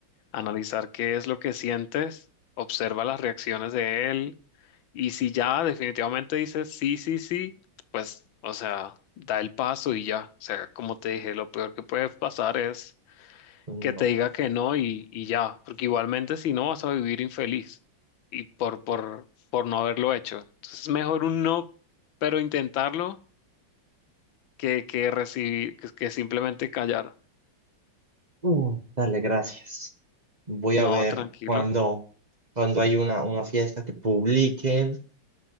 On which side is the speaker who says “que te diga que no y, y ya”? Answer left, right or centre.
Left